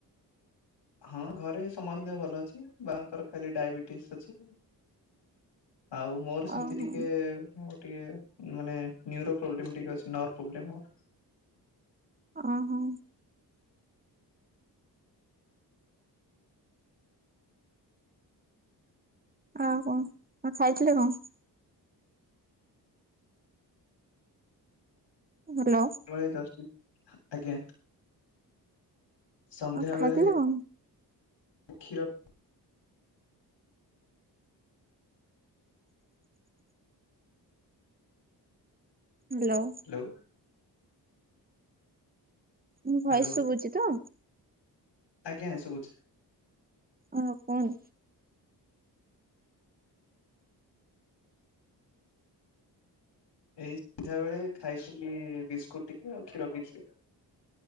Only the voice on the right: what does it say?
ଓହୋ
ଆ ହଁ। ଆ ହଁ କଣ ଖାଇଥିଲେ କଣ? ହ୍ୟାଲୋ।
ଆଉ ଖାଇଥିଲେ କଣ?
ହ୍ୟାଲୋ।
ମୋ ଭଏସ
ସୁବୁଚି ତ?
ଆଉ କଣ?